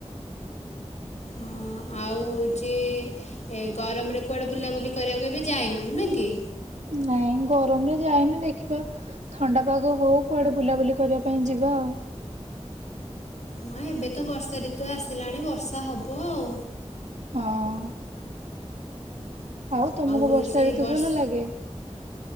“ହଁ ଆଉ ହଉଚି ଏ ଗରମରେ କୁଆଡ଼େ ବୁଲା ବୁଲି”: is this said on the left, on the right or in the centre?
Left